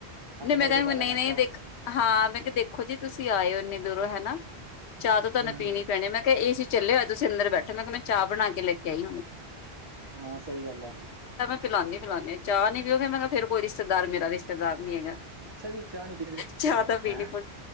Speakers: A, on the right; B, on the left.
A: ਹੱਥ
B: ਨਹੀ ਮੈਂ
A: ਫੜ
B: ਕਹਿ
A: ਕੇ
B: ਦੂਗੀ
A: ਬਾਲਣ
B: ਨਹੀ
A: ਅੱਛਾ
B: - ਨਹੀਂ ਦੇਖ ਹਾਂ, ਮੈਂ ਕਿਹਾ ਦੇਖੋ ਜੀ, ਤੁਸੀਂ ਆਇਓ ਇੰਨੀ ਦੂਰੋਂ ਹਨਾ। ਚਾਹ ਤਾਂ ਤੁਹਾਨੂੰ
A: ਹਮ
B: ਪੀਣੀ ਪੈਣੀ ਆ, ਮੈਂ ਕਿਹਾ ਏ ਸੀ ਚੱਲੇ ਹੋਏ ਤੁਸੀਂ ਅੰਦਰ ਬੈਠੋ, ਮੈਂ ਕਿਹਾ ਮੈਂ ਚਾਹ ਬਣਾ ਕੇ ਲੈ ਆਈ ਹੁਨੇ। <inaudible>
A: ਹਾਂ, ਸਹੀ ਗੱਲ ਆ।
B: ਪਲਾਂਨੇ- ਪਲਾਂਨੇ ਚਾਹ ਨੀ ਪੀਓਗੇ ਮੈਂ ਕਿਹਾ ਫੇਰ ਕੋਈ ਰਿਸ਼ਤੇਦਾਰ ਮੇਰਾ ਰਿਸ਼ਤੇਦਾਰ ਨੀ ਹੈਗਾ।
A: ਅੱਛਾ ਜੀ ਚਾਹ ਨੀ ਪੀਣੀ ਰਿਸ਼ਤੇਦਾਰ
B: ਚਾਹ
A: ਖਤਮ
B: ਤਾਂ ਪੀਣੀ
A: ਹੈ
B: ਪਉ,